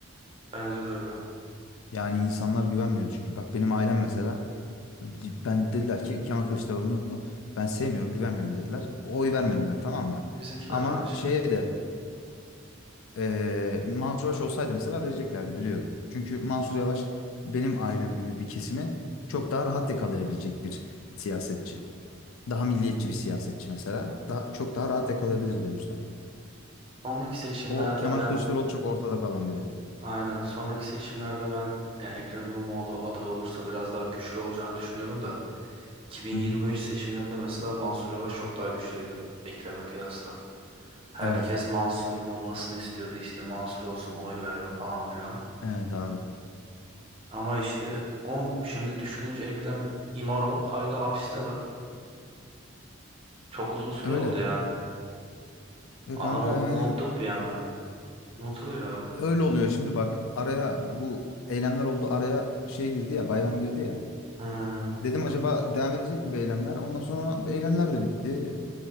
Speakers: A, on the right; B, on the left.
A: Bence de öyle.
B: Yani insanlar güvenmiyor çünkü. Bak benim ailem mesela di- ben dediler ki Kemal Kılıçdaroğlu'nu ben sevmiyorum, güvenmiyorum dediler. Oy vermediler tamam mı?
A: Bizimkiler
B: Ama
A: de öyle şekil.
B: şey de eee, Mansur Yavaş olsaydı mesela vereceklerdi biliyorum. Çünkü Mansur Yavaş benim ailem gibi bir kesimi çok daha rahat yakalayabilecek bir siyasetçi. Daha milliyetçi bir siyasetçi mesela. Daha, çok daha rahat yakalayabilirdi o yüzden.
A: Sonraki seçimlerde
B: O Kemal
A: ben
B: Kılıçdaroğlu çok ortada kalan biri.
A: aynen sonraki seçimlerde ben yani Ekrem İmamoğlu aday olursa biraz daha güçlü olacağını düşünüyorum da 2023
B: Hı hı.
A: seçimlerinde mesela Mansur Yavaş çok daha güçlüydü Ekrem'e kıyasla. Herkes
B: Evet.
A: Mansur'un olmasını istiyordu işte Mansur olsun oy verelim falan filan.
B: Evet abi.
A: Ama işte on şimdi düşününce Ekrem İmaro hala hapiste la. Çok uzun süre
B: Öyle.
A: oldu yani.
B: E
A: Adamı
B: kanka yani
A: unuttuk bir anda. Unutuluyor abi.
B: öyle oluyor şimdi bak. Araya bu eylemler oldu. Araya şey girdi ya bayram girdi ya.
A: Hmm,
B: Dedim acaba devam edecek mi bu eylemler? Ondan sonra eylemler de bitti.